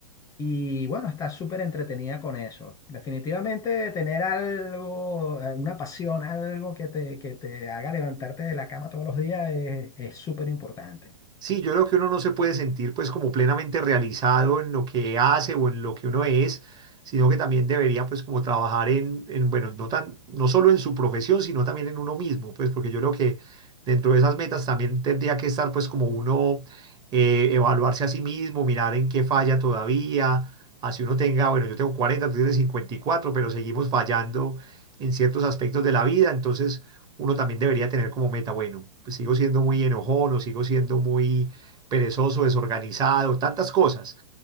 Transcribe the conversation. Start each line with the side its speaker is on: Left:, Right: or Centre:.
Left: Y bueno, está súper entretenida con eso. Definitivamente tener algo, eh, una pasión, algo que te, que te haga levantarte de la cama todos los días es es súper importante.
Right: Sí, yo creo que uno no se puede sentir pues como plenamente realizado en lo que hace o en lo que uno es, sino que también debería pues como trabajar en, en, bueno, no tan, no solo en su profesión, sino también en uno mismo, pues porque yo creo que dentro de esas metas también tendría que estar pues como uno eh, evaluarse a sí mismo, mirar en qué falla todavía, así uno tenga, bueno, yo tengo 40, tú tienes 54, pero seguimos fallando en ciertos aspectos de la vida, entonces uno también debería tener como meta, bueno, pues sigo siendo muy enojón o sigo siendo muy perezoso, desorganizado, tantas cosas.